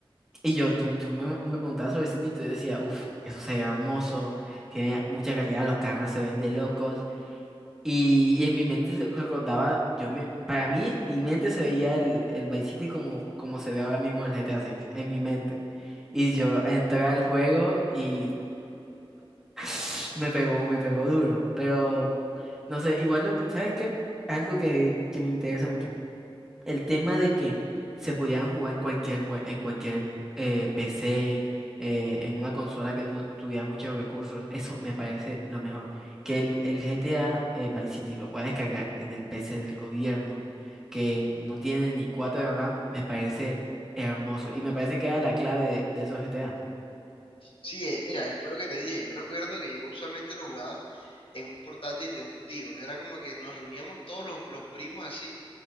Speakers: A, in the centre; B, on the left.
A: Y yo, tú- yo me, me preguntaba sobre el City y yo decía, uff, eso se ve hermoso, tiene mucha calidad, los carros se ven de locos, y, y en mi mente se recordaba, yo me- para mí, mi mente se veía el, el Vice City como, como se ve ahora mismo el GTA 6, en mi mente. Y yo entré al juego y <sniffs> <tsk> me pegó, me pegó duro. Pero, no sé, igual lo que, ¿sabes qué? Algo que, que me interesa mucho. El tema de que se pudieran jugar en cualquier jue- en cualquier eh, PC, eh, en una consola que no tuviera muchos recursos, eso me parece lo mejor. Que el, el GTA eh, Vice City lo pueda descargar en el PC del gobierno, que no tiene ni 4 de RAM, me parece hermoso. Y me parece que era la clave de, de esos GTA.
B: Sí, eh, mira, eh, fue lo que te dije, yo recuerdo que yo usualmente lo jugaba en un portátil de un tío, era como que nos reuníamos todos los, los primos así